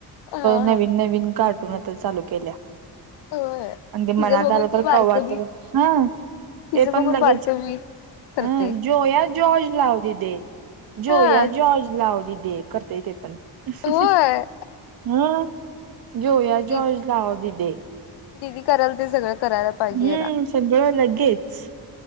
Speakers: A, on the left (about 80°); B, on the right (about 65°).
A: हा
B: नवीन-
A: हा
B: विन कार्टून आता चालू केल्या.
A: होय
B: आणि ते
A: तिचं
B: मनात
A: बघून
B: आलं
A: ते
B: तर
A: बारकं
B: खाऊ घालते
A: बी
B: बघ. हं.
A: तिचं
B: ते पण
A: बघून
B: लगेच.
A: बारकं बी करते
B: अं -जोया- जॉर्ज लाव दे दे. जो
A: हा
B: या जॉर्ज लावदी दे. करतय ते पण. ह.
A: होय
B: जोया
A: दि
B: जॉज लाव दीदे.
A: दिदी करल ते सगळं करायला- पाहिजे
B: हम्म.
A: याला
B: सगळं लगेच.